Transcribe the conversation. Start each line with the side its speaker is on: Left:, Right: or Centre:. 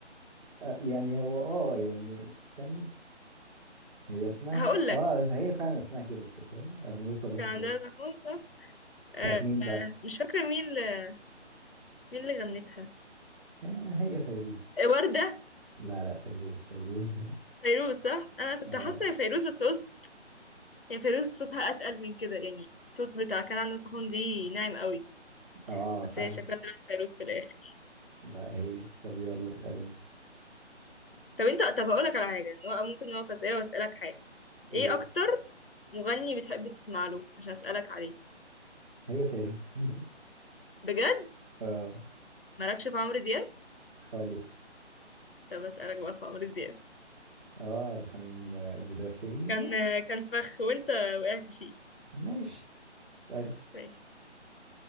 Centre: آه، يعني هو اه يعني استني هي اسمها
Left: هقول لك
Centre: اه هي فعلا اسمها كده تصدقي انا لسه بس
Left: كان عندنا طاحون صح آه...
Centre: بتاعت مين
Left: آه،
Centre: بقى
Left: مش فاكره مين اللي... مين اللي غنتها
Centre: آه، هي فيروز
Left: آه، ورده
Centre: لا لا فيروز فيروز <laughs>
Left: فيروز صح انا كنت
Centre: اه
Left: حاسه هي فيروز بس قلت هي فيروز صوتها اتقل من كده يعني الصوت بتاع كان عندنا طاحون دي ناعم قوي
Centre: اه
Left: بس
Centre: فاهم
Left: هي شكلها طلعت فيروز في الاخر
Centre: لا هي طب يلا اسأل انت
Left: طب انت طب هقول لك على حاجه إن هو ممكن نقف اسئله واسالك حاجه
Centre: قول
Left: ايه اكتر مغني بتحب تسمع له عشان اسالك عليه
Centre: هي فيروز <laughs>
Left: بجد
Centre: اه
Left: مالكش في عمرو دياب
Centre: خالص
Left: طب اسالك بقى في عمرو دياب
Centre: اه ده كان م- بتغفليني
Left: كان
Centre: ما-
Left: كان فخ وانت وقعت فيه
Centre: ماشي اسأل
Left: ماشي